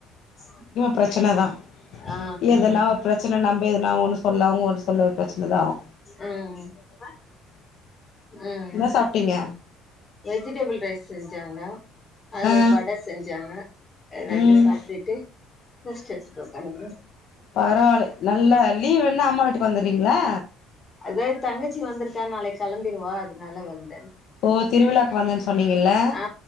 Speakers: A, on the left; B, on the left.
A: <unintelligible>
B: ப்ரச்சுன தா
A: ஆ
B: எதுனா ஒரு ப்ரச்சன நம்ப எதுனா ஒன்னு சொல்ல அவுங்க ஒன்னு சொல்ல ஒரு ப்ரச்சனதா ஆவு
A: அ அ அ அ
B: என்ன சாப்ட்டீங்க
A: வெஜிடெபிள் ரைஸ் செஞ்சாங்னா அது
B: ஆ
A: வட செஞ்சாங்க ரெண்டு
B: ம்
A: சாப்ட்டுட்டு ரெஸ்ட் எடுத்துட்டு உக்கார்ந்திருக்கணு
B: பரவாலே நல்லா லீவுன்னா அம்மா வீட்டுக்கு வந்தர்றீங்களா
A: அதா எந்தங்கச்சி வந்துருக்கா நாளைக் கெளம்பிருவா அதுனால வந்தே
B: ஓ திருவிழாக் வந்தன் சொன்னீங்கல்ல
A: ஆ